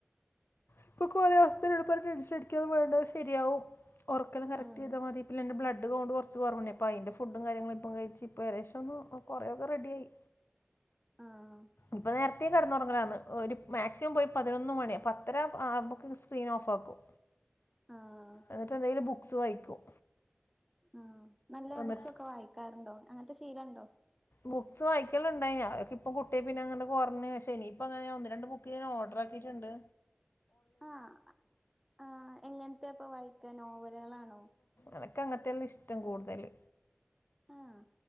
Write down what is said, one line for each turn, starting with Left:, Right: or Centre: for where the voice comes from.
Left: ഇപ്പൊ കൊറെ സ്ത്തിന് ആൾക്കാര് ടെൻഷനിടിക്കാതെ പോയണ്ടത് ശരിയാവും ഒറക്കല്ലാംകറക്ട്യ്താ
Centre: ഉം
Left: മതി. പിന്നെ ൻ്റെ ബ്ലേഡ്ഡ് കൗണ്ട് കൊർച്ച് കൊറവ്ണ്ട് ഇപ്പയിന്റെ ഫുഡും കാര്യങ്ങളിപ്പം കഴിച്ച് ഇപ്പോ ഏകദേശൊന്ന് കുറേയൊക്കെ റെഡ്യായി.
Centre: ആഹ്
Left: ഇപ്പ നേരത്തെ കെടന്നൊറങ്ങലാന്ന് ഒരു മാക്സിമം പോയി പതിനൊന്ന് മണി പത്തര ആവുമ്പക്ക് സ്ക്രീനോഫാക്കും.
Centre: ആഹ്
Left: എന്നിട്ടെന്തെങ്കിലും ബുക്സ് വായിക്കും.
Centre: ഉം നല്ല
Left: എന്നിട്ട്
Centre: ബുക്സൊക്കെ വായിക്കാറുണ്ടോ അങ്ങൻത്തെ ശീലണ്ടോ?
Left: ബുക്സ് വായിക്കാല്ണ്ടേനി അതൊക്കെപ്പൊ കു ട്ട്യപ്പോ പിന്നങ്ങനെ കൊർഞ്ഞ് പക്ഷേ ഇനിയിപ്പങ്ങനെ ഒന്ന് രണ്ട് ബുക്ക് ഞൻ ഓർഡറാക്കിയിട്ട്ണ്ട്.
Centre: ആഹ് ആഹ് എങ്ങൻത്തെപ്പൊ വായിക്കാ നോവല്കളാണോ?
Left: എനക്കങ്ങനത്തെല്ലാംഇഷ്ടം കൂടുതല്
Centre: ആഹ്